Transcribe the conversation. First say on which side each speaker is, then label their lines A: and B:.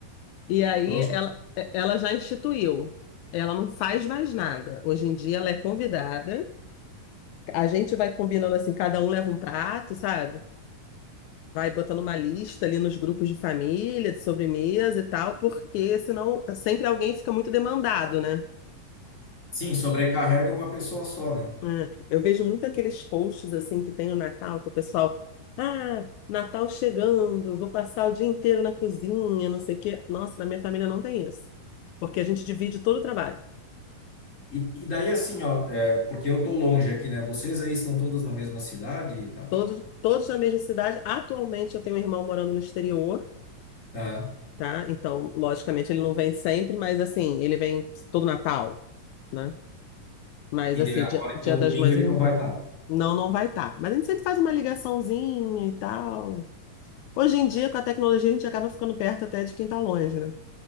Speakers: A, on the left (about 80°); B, on the left (about 20°).
A: E aí
B: Proxa.
A: ela, eh, ela já instituiu. Ela não faz mais nada. Hoje em dia ela é convidada. A gente vai combinando assim, cada um leva um prato, sabe? vai botando uma lista ali nos grupos de família, de sobremesa e tal, porque senão sempre alguém fica muito demandado, né?
B: Sim, sobrecarrega uma pessoa só, né?
A: É, Eu vejo muito aqueles posts assim que tem no Natal, que o pessoal, ah, Natal chegando, vou passar o dia inteiro na cozinha, não sei o quê. Nossa, na minha família não tem isso, porque a gente divide todo o trabalho.
B: E, e daí assim, ó, é, porque eu tô longe aqui, né? Vocês aí estão todos na mesma cidade, tá?
A: Todos, todos na mesma cidade. Atualmente eu tenho um irmão morando no exterior,
B: Aham.
A: tá? Então, logicamente, ele não vem sempre, mas assim, ele vem todo Natal, né? Mas
B: E
A: assim,
B: de- agora,
A: dia, Dia
B: então,
A: das
B: domingo
A: Mães
B: ele
A: ele
B: não
A: não vai.
B: vai estar.
A: Não, não vai estar. Mas a gente sempre faz uma ligaçãozinha e tal. Hoje em dia, com a tecnologia, a gente acaba ficando perto até de quem está longe, né?